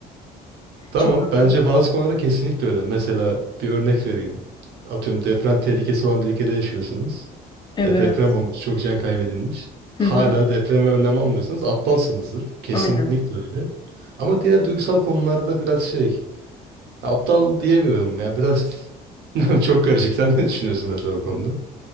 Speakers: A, on the right (about 80°); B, on the left (about 25°).
A: <laughs> Tamam
B: Çok haklı.
A: bence bazı konularda kesinlikle öyle. Mesela bir örnek vereyim. Atıyorum deprem tehlikesi olan bir ülkede yaşıyorsunuz.
B: Evet.
A: E, deprem olmuş çok can kaybedilmiş.
B: Hı
A: Hala
B: hı.
A: depreme önlem almıyorsanız aptalsınızdır. Bu kesinlikle
B: Aynen.
A: öyle. Ama diğer duygusal konularda biraz şey Aptal diyemiyorum ya biraz <laughs> çok karışık. Sen ne düşünüyorsun mesela o konuda?